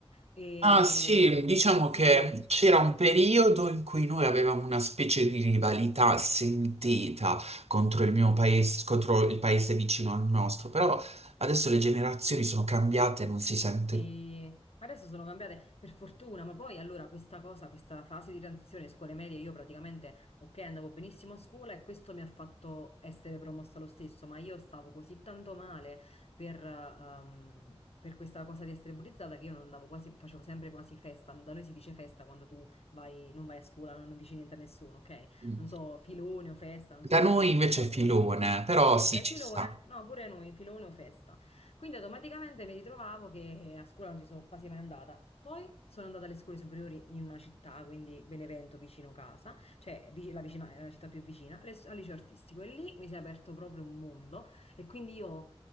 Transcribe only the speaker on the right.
Ah, sì, diciamo
che c'era
un periodo in cui noi avevamo una specie di rivalità sentita contro il mio paese, contro il paese vicino al nostro, però adesso le generazioni sono cambiate e non si sente
più.
Da
noi
invece
è
filone, però sì,
ci
sta.